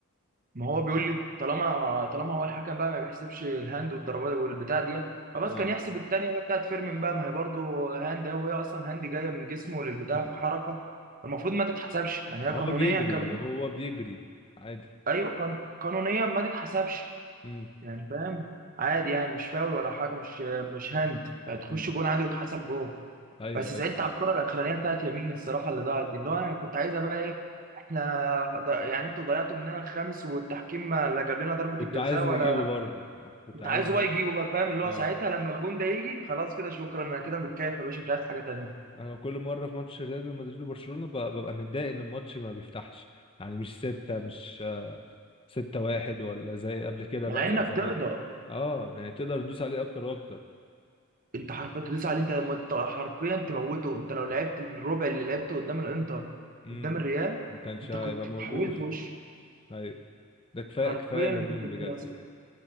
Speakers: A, on the right; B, on the left.
A: ما هو بيقول لي طالما طالما هو الحكم بقى ما بيحسبش الهاند والضربات والبتاع دي خلاص
B: اه
A: كان يحسب التانية بقى بتاعت فيرمين بقى ما هي برضه هاند أهي وهي أصلا هاند جاية من جسمه للبتاع
B: مم.
A: في حركة المفروض ما تتحسبش يعني هي
B: يعني
A: قانونيا
B: هو بيجري
A: كمان
B: هو بيجري عادي
A: ايوه قان- قانونيا ما تتحسبش
B: امم
A: يعني فاهم عادي يعني مش فاول ولا حاجه مش مش هاند هتخش
B: امم
A: جون عادي وتحسب جون
B: ايوه
A: بس زعلت
B: ايوه فعلا
A: على الكره الاخرانيه بتاعت يمين الصراحه اللي ضاعت دي اللي هو انا كنت عايزها بقى ايه احنا ض- يعني انتوا ضيعتوا مننا الخامس والتحكيم ما لا جاب لنا ضربه
B: كنت
A: الجزاء
B: عايز نجيبه
A: ولا
B: برضه آه. كنت
A: كنت
B: عايز
A: عايز
B: نجيبه
A: هو يجيبه بقى فاهم اللي
B: اه
A: هو ساعتها لما الجون ده يجي خلاص كده شكرا انا كده متكيف يا باشا مش عايز حاجه تانيه
B: انا كل مره في ماتش ريال مدريد وبرشلونه ب- ببقى متضايق ان الماتش ما بيفتحش يعني مش ستة مش آه، ستة واحد ولا زي قبل كده
A: مع
B: بقى
A: انك
B: زي زمان
A: تقدر
B: اه يعني تقدر تدوس عليه اكتر واكتر
A: انت حرفيا تدوس عليه انت لما ت- حرفيا تموته انت لو لعبت الربع اللي لعبته قدام الانتر
B: امم
A: قدام الريال
B: ما كانش
A: انت
B: هيبقى
A: كنت
B: موجود
A: حولت
B: <laughs>
A: وش
B: ايوه ده كفايه
A: حرفيا
B: كفايه لامين
A: انت كنت
B: بجد
A: مس-
B: يعني